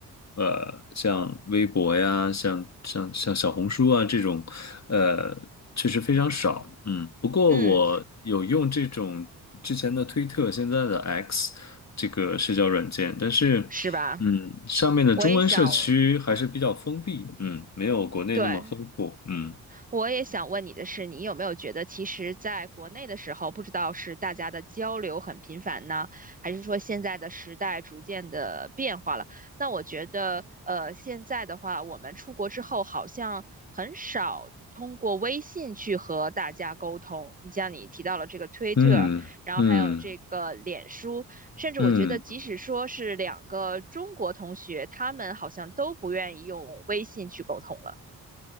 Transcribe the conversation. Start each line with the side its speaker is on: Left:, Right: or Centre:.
Left: 呃，像微博呀，像像像小红书啊这种，呃。确实非常少，嗯，不过我有用这种之前的推特，
Right: 嗯，
Left: 现在的 X 这个社交软件，但是，
Right: 是吧？
Left: 嗯，上面的中文社区还是比较封闭，
Right: 我也想，
Left: 嗯，没有国内那么丰富，
Right: 对。
Left: 嗯
Right: 我也想问你的是，你有没有觉得，其实在国内的时候，不知道是大家的交流很频繁呢，还是说现在的时代逐渐的变化了？那我觉得，呃，现在的话，我们出国之后好像很少通过微信去和大家沟通。你像你提到了这个推特，
Left: 嗯嗯
Right: 然后还有这个脸书，甚至我觉得，
Left: 嗯，
Right: 即使说是两个中国同学，他们好像都不愿意用微信去沟通了。